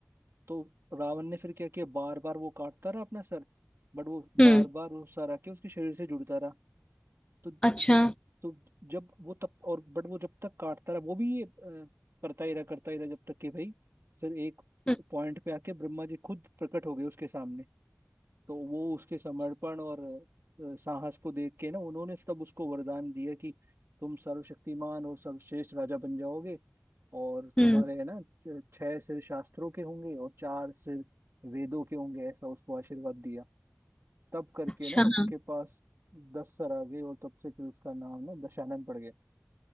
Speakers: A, on the right; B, on the left.
A: तो रावण ने फिर क्या किया बार बार वो काटता रहा अपना सर बट वो बार
B: हम्म
A: बार वो सर आके उसके शरीर से जुड़ता रहा तो
B: अच्छा
A: तो जब वो तब और बट वो जब तक काटता रहा वो भी ये अ, करता ही रहा करता ही रहा जब तक कि भाई फिर एक
B: हम्म
A: पॉइंट पे आके ब्रह्मा जी खुद प्रकट हो गए उसके सामने तो वो उसके समर्पण और अ, साहस को देख के ना उन्होंने तब उसको वरदान दिया कि तुम सर्वशक्तिमान और सर्वश्रेष्ठ राजा बन जाओगे और
B: हम्म,
A: तुम्हारे है ना छ- छह सिर शास्त्रों के होंगे और चार सिर वेदों के होंगे ऐसा उसको आशीर्वाद दिया तब करके
B: अच्छा
A: ना उसके
B: हाँ
A: पास दस सर आ गए और तब से फिर उसका नाम ना दशानन पड़ गया